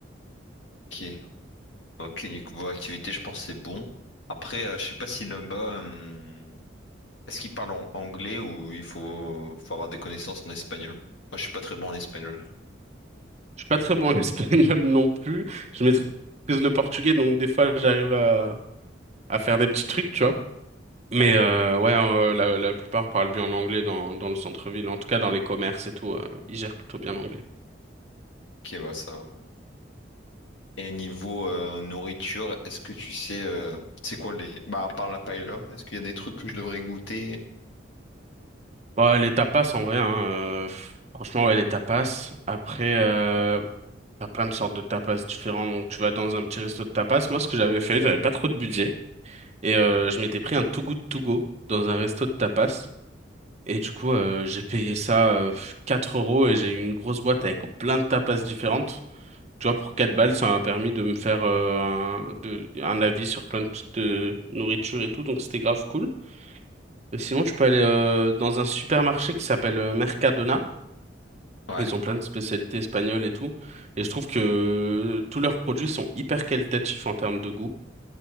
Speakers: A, on the left; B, on the right.
A: Ok. Ok, niveau activité, je pense que c'est bon. Après, euh, je sais pas si là-bas, hum, est-ce qu'ils parlent en anglais ou il faut, faut avoir des connaissances en espagnol? Moi, je suis pas très bon en espagnol.
B: suis pas très bon en <laughs> espagnol non plus. Je maîtrise le portugais, donc des fois j'arrive à, à faire des petits trucs, tu vois. Mais
A: Ouais.
B: euh, ouais, euh, la, la plupart parlent bien l'anglais dans, dans le centre-ville, en tout cas dans les commerces et tout, euh, ils gèrent plutôt bien l'anglais.
A: Ok, bah ça va. Et niveau euh, nourriture, est-ce que tu sais, euh, c'est quoi les... Bah, à part la paella, est-ce qu'il y a des trucs que je devrais goûter?
B: Bah, les tapas en vrai, hein, euh, franchement ouais les tapas. Après, euh, t'as plein de sortes de tapas différents, donc tu vas dans un petit resto de tapas. Moi ce que j'avais fait, j'avais pas trop de budget et euh, je m'étais pris un Too Good To Go dans un resto de tapas. Et du coup, euh, j'ai payé ça euh, 4 euros et j'ai eu une grosse boîte avec plein de tapas différentes. Tu vois, pour 4 balles, ça m'a permis de me faire euh, un, de- un avis sur plein de petites euh, nourritures et tout, donc c'était grave cool. Et sinon, tu peux aller euh, dans un supermarché qui s'appelle euh, Mercadona.
A: Ouais,
B: Ils ont plein de spécialités espagnoles et tout. Et je trouve que tous leurs produits sont hyper qualitatifs en termes de goût.